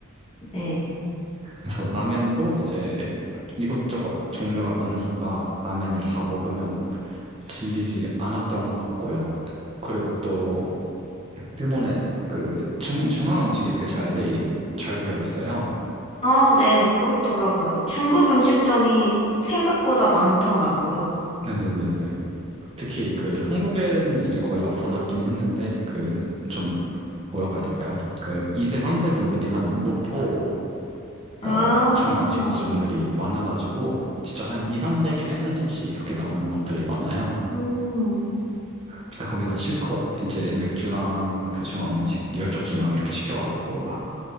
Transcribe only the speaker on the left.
네.
아, 네, 그렇더라고요. 중국 음식점이 생각보다 많더라고요.
아,
네.
음,